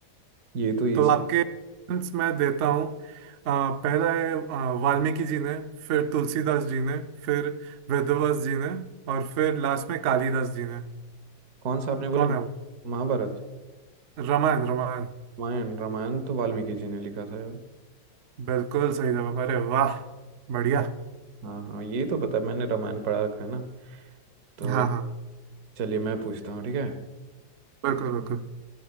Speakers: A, on the right (about 55°); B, on the right (about 80°).
A: ये तो इजी
B: तो आपके options मैं देता हूँ अ, पहला है अ, वाल्मीकि जी ने फिर तुलसीदास जी ने फिर वेदव्यास जी ने और फिर लास्ट में कालिदास जी ने
A: कौन सा आपने बोला
B: कौन है वो
A: महाभारत
B: रामायण रामायण
A: रामायण रामायण तो वाल्मीकि जी ने लिखा था यार
B: बिल्कुल सही जवाब अरे वाह बढ़िया
A: हाँ हाँ ये तो पता है, मैंने रामायण पढ़ा रखा है ना तो
B: हाँ हाँ
A: चलिए मैं पूछता हूँ ठीक है
B: बिल्कुल बिल्कुल